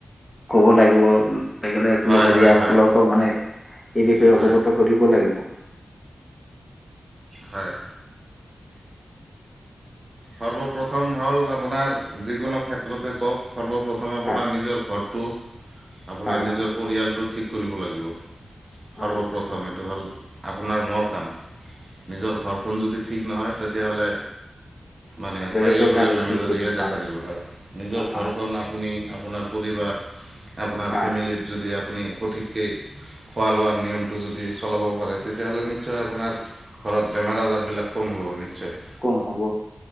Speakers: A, on the left (about 20°); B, on the right (about 45°).
A: কব লাগিব, লগিলে
B: হয়
A: লগৰীয়
B: হয়
A: সকলকো
B: হয়
A: মানে এই বিষয়ে
B: হয়
A: অৱগত কৰিব লাগিব।
B: হয়।
A: <unintelligible>
B: সৰ্বপ্ৰথম হ'ল আপোনাৰ যিকোনো ক্ষেত্ৰতে কওক সৰ্বপ্ৰ প্ৰথম আপোনাৰ
A: হয়
B: নিজৰ ঘৰটো, আপোনাৰ
A: হয়
B: নিজৰ
A: হয়
B: পৰিয়ালটো ঠিক কৰিব লাগিব।
A: অ
B: সৰ্বপ্ৰথম এইটো হ'ল আপোনাৰ মোৰ কাম। নিজৰ ঘৰখন যদি ঠিক নহয় তেতিয়াহ'লে মানে
A: বেলেগক
B: চাৰিওফালে
A: আৰু
B: বেমেজালিয়ে
A: কি কৰিম
B: দেখা দিব হয়, নিজৰ
A: হয়
B: ঘৰখন আপুনি আপোনাৰ পৰিবাৰ, আপোনাৰ
A: হয়
B: ফেমিলিত যদি আপুনি সঠিক কেই খোৱা লোৱাৰ নিয়মটো যদি চলাব পাৰে তেতিয়াহ'লে নিশ্চয় আপোনাৰ ঘৰত বেমাৰ, আজাৰবিলাক কম হ'ব নিশ্চয়।
A: কম হ'ব।